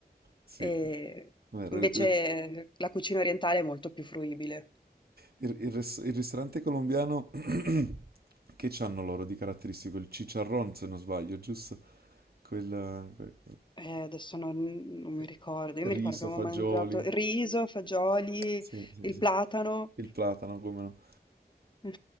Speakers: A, on the right (about 70°); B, on the left (about 30°).
A: sì.
B: Ehm,
A: Vero,
B: invece
A: il,
B: la cucina orientale è molto più fruibile.
A: il- il res- il ristorante colombiano <clears throat> che c'hanno loro di caratteristico? Il chicharrón, se non sbaglio, giusto? Quel, quel-
B: Eh, adesso non non mi
A: eh,
B: ricordo. Io mi
A: riso,
B: ricordo che avevo
A: fagioli.
B: mangiato riso, fagioli,
A: Sì, sì,
B: il
A: sì.
B: platano.
A: Il platano, come no.
B: Mh,